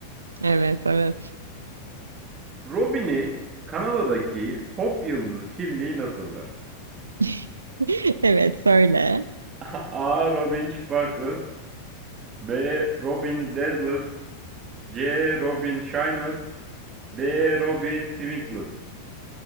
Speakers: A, on the right; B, on the right.
A: Evet evet.
B: Robin'in Kanada'daki pop yıldızı kimliği nasıldır?
A: <laughs> Evet söyle.
B: <laughs> A. Robin Sparkles B. Robin Dazzles C. Robin Shines D. Robin Twinkles